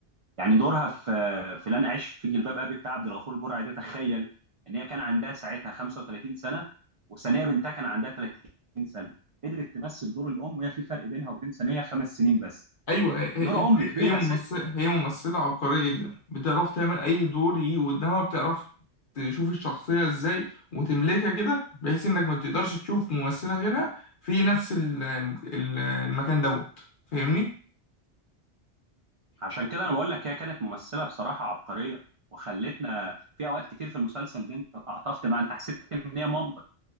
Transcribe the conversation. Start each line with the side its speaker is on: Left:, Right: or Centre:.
Right: يعني دورها في في لن أعيش في جلباب أبي بتاع عبد الغفور البرعي ده تخيل إن هي كان عندها ساعتها 35 سنة وثانية بنتها كان عندها 30 سنة قدرت تمثل دور الأم وهي في فرق بينها وبين ثانية خمس سنين بس
Left: ايوه هي
Right: ودور
Left: هي
Right: أم كبير
Left: هي ممثله هي ممثله عبقريه جدا بتعرف تعمل اي دور يجي قدامها بتعرف تشوف الشخصيه ازاي وتملكها كده بحيث انك ما تقدرش تشوف ممثله غيرها في نفس ال- ال- المكان دوت فاهمني
Right: عشان كده انا بقول لك هي كانت ممثله بصراحه عبقريه وخلتنا في اوقات كتير في المسلسل ده انت تعاطفت معاها انت حسيت ان هي مامتك